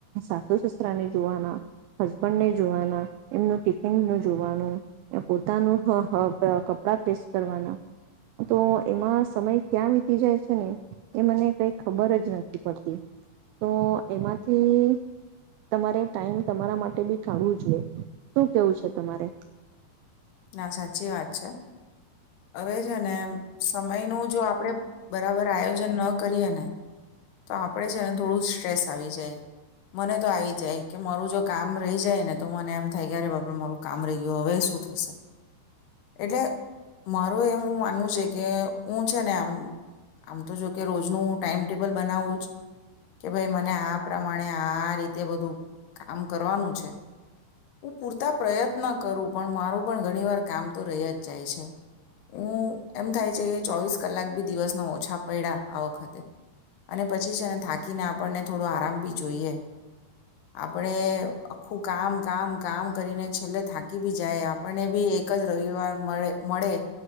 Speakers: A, on the right; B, on the left.
A: સાસુ, સસરાને જોવાના, હસબન્ડને જોવાના એમનું ટિફિનનું જોવાનું ને પોતાનું હ હ કપડા પ્રેસ કરવાના તો એમાં સમય ક્યાં વીતી જાય છે ને એ મને કઈ ખબર જ નથી પડતી તો એમાંથી તમારે ટાઈમ તમારા માટે બી કાઢવું જોઈએ શું કેવું છે તમારે?
B: ના સાચી વાત છે. હવે છે ને સમય નું જો આપડે બરાબર આયોજન ન કરીએ ને તો આપડે છે ને થોડું સ્ટ્રેસ આવી જાય મને તો આવી જાય કે મારું જો કામ રહી જાય ને તો મને એમ થાય કે અરે બાપ રે મારું કામ રેય ગયું હવે શું થશે એટલે મારુ એવું માનવું છે કે હું છે ને આમ આમ તો જો કે રોજનું ટાઈમટેબલ બનાવવું જ કે ભાઈ મને આ પ્રમાણે આ રીતે બધું કામ કરવાનું છે હું પૂરતા પ્રયત્ન કરું પણ મારું પણ ઘણી વાર કામ તો રય જ જાય છે. હું એમ થાય છે કે ચોવીસ કલાક બી દિવસના ઓછા પયડા આ વખતે અને પછી છે ને ને થાકીને આપણને થોડો આરામ બી જોઈએ આપણે આખું કામ કામ કામ કરીને છેલ્લે થાકી થાકી બી જાય આપણને બી એક જ રવિવાર મળે મળે